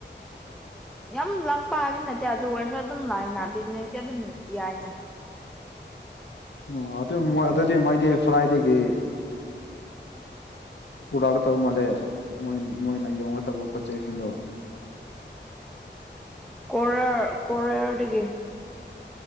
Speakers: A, in the centre; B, on the left (about 70°).
A: ꯌꯥꯝ ꯂꯥꯛꯄ ꯍꯥꯏꯕ ꯅꯠꯇꯦ ꯑꯗꯨꯑꯣꯏꯔꯁꯨ ꯑꯗꯨꯝ ꯂꯥꯛꯏꯅ ꯕꯤꯖ꯭ꯌꯨꯅꯦꯁꯇꯤ ꯑꯗꯨꯝ ꯌꯥꯏꯅ
B: ꯑꯣ ꯑꯗꯨ ꯃꯣꯏ ꯑꯗꯨꯗꯤ ꯃꯣꯏꯗꯤ ꯐ꯭ꯂꯥꯏꯗꯦꯒꯤ ꯄꯨꯔꯥꯒ ꯇꯧ ꯃꯥꯜꯂꯦ ꯃꯣꯏ ꯃꯣꯏꯅ ꯌꯣꯡꯉꯣ ꯇꯧꯕ ꯄꯣꯠ ꯆꯩꯁꯤꯡꯗꯣ
A: ꯀꯣꯔꯥꯔ ꯀꯣꯔꯥꯔꯗꯒꯤ